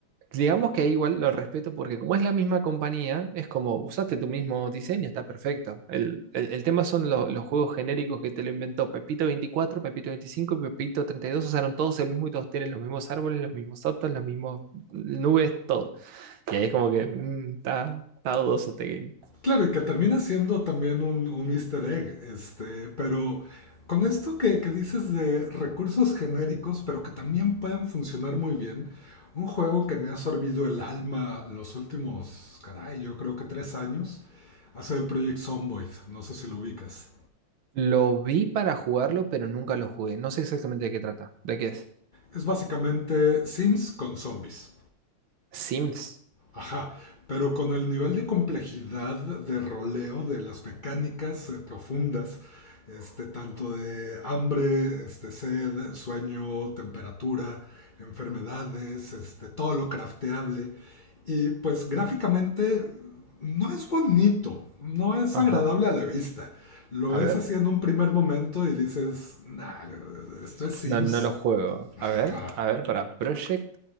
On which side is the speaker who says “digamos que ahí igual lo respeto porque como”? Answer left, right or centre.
Right